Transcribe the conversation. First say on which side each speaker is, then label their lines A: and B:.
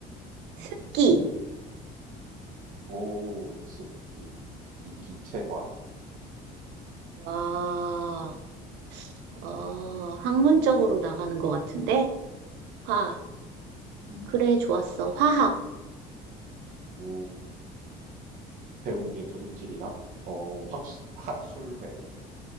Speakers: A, on the right (about 85°); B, on the right (about 50°).
A: 습기.
B: 음. 음? 오, 습기, 기, 기체화.
A: 와, 어, 학문적으로 나가는 것 같은데? 화,
B: 음.
A: 그래, 좋았어. 화학,
B: 오, 배운 게 도둑질이라. 어, 확, 학술회.